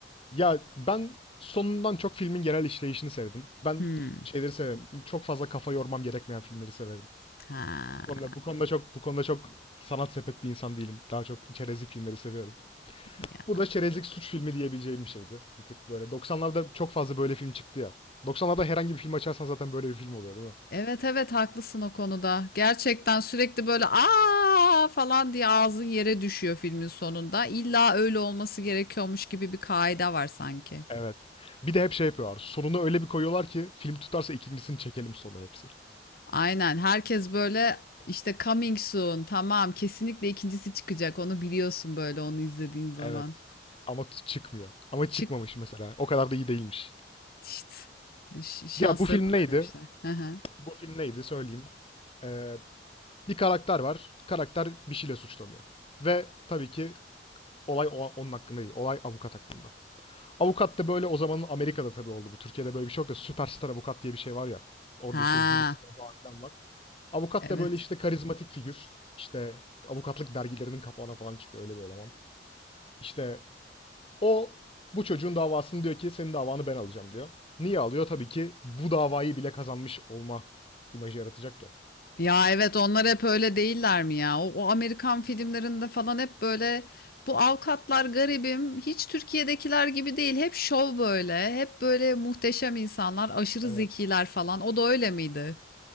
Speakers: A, on the left (about 30°); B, on the left (about 55°).
A: Ya ben sonundan çok filmin genel işleyişini sevdim. Ben
B: Hmm.
A: şeyleri severim. Çok fazla kafa yormam gerekmeyen filmleri severim.
B: Ha.
A: Bu konuda bu konuda çok bu konuda çok sanat sepet bir insan değilim. Daha çok çerezlik filmleri seviyorum.
B: Ya.
A: Bu da çerezlik suç filmi diyebileceğim bir şeydi. Bir tık böyle. 90'larda çok fazla böyle film çıktı ya. 90'larda herhangi bir film açarsan zaten böyle bir film oluyor değil mi?
B: Evet evet haklısın o konuda. Gerçekten sürekli böyle aa falan diye ağzın yere düşüyor filmin sonunda. İlla öyle olması gerekiyormuş gibi bir kaide var sanki.
A: Evet. Bir de hep şey yapıyorlar. Sonunu öyle bir koyuyorlar ki film tutarsa ikincisini çekelim sonu hepsi.
B: Aynen. Herkes böyle işte coming soon. Tamam, kesinlikle ikincisi çıkacak. Onu biliyorsun böyle onu izlediğin zaman.
A: Evet. Ama t- çıkmıyor. Ama çıkmamış
B: Çık
A: mesela. O kadar da iyi değilmiş.
B: işte. Ş- Şanslarını
A: Ya bu film neydi?
B: denemişler. Hı hı.
A: Bu film neydi söyleyeyim. Ee, bir karakter var. Karakter bir şeyle suçlanıyor. Ve tabii ki olay o- onun hakkında değil. Olay avukat hakkında. Avukat da böyle o zamanın Amerika'da tabii oldu bu. Türkiye'de böyle bir şey yok da süperstar avukat diye bir şey var ya. Orada
B: Ha,
A: işte jürisler falan var. Avukat
B: evet.
A: da böyle işte karizmatik figür. İşte avukatlık dergilerinin kapağına falan çıkıyor öyle bir eleman. İşte o bu çocuğun davasını diyor ki senin davanı ben alacağım diyor. Niye alıyor? Tabii ki bu davayı bile kazanmış olma imajı yaratacak ya.
B: Ya evet onlar hep öyle değiller mi ya? O, o Amerikan filmlerinde falan hep böyle bu avukatlar garibim hiç Türkiye'dekiler gibi değil. Hep şov böyle. Hep böyle muhteşem insanlar, aşırı
A: Evet.
B: zekiler falan. O da öyle miydi?